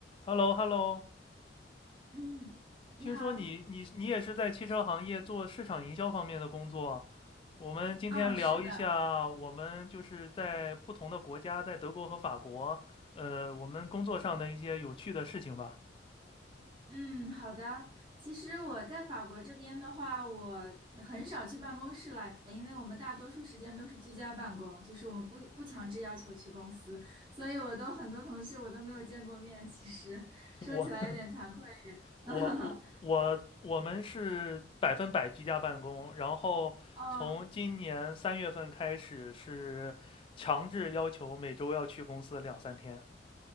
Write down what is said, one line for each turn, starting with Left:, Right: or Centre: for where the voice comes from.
Left: h e l l o h e l l o
Right: 嗯，你好，
Left: 听说你你你也是在汽车行业做市场营销方面的工作。我们今天聊一下，
Right: 啊，是的，
Left: 我们就是在不同的国家，在德国和法国，呃，我们工作上的一些有趣的事情吧。
Right: 嗯，好的。其实我在法国这边的话，我很少去办公室了，因为我们大多数时间都是居家办公，就是我们不不强制要求去公司，所以我都很多同事我都没有见过面。其实说起来有点惭愧。
Left: <laughs> 我 <laughs> 我我我我们是百分百居家办公，
Right: <laughs>
Left: 然后从今年三月份开始是强制要求每周要去公司两三天。
Right: 哦